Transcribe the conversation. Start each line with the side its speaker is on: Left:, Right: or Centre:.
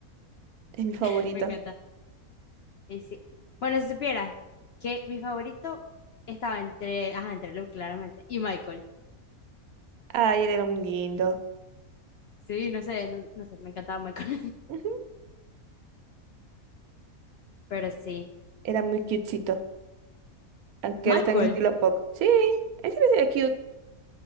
Right: Es mi favorito.
Left: <laughs> Me encanta. Y sí. Bueno, si supieras que mi favorito estaba entre, ajá, entre Luke, claramente, y Michael.
Right: Ay, él era muy lindo.
Left: Sí, no sé, no, no sé, me encantaba Michael.
Right: Ujú.
Left: <laughs> Pero sí.
Right: Era muy cutecito. Aunque
Left: Michael.
Right: ahora está en estilo pop. Sí, él se me hacía cute.